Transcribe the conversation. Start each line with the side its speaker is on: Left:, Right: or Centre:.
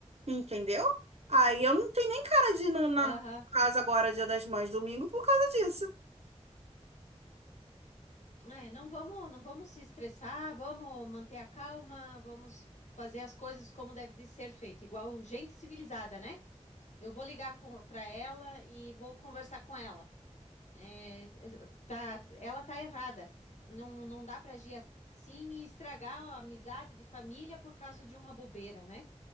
Right: entendeu? Aí eu não tenho nem cara de ir no- na
Left: Aham.
Right: casa agora, dia das mães, domingo, por causa disso.
Left: É, não vamos, não vamos se estressar, vamos manter a calma, vamos fazer as coisas como deve de ser feito, igual gente civilizada, né? Eu vou ligar com, para ela e vou conversar com ela. É, tá, ela tá errada. Não, não dá para agir assim e estragar a amizade de família por causa de uma bobeira, né?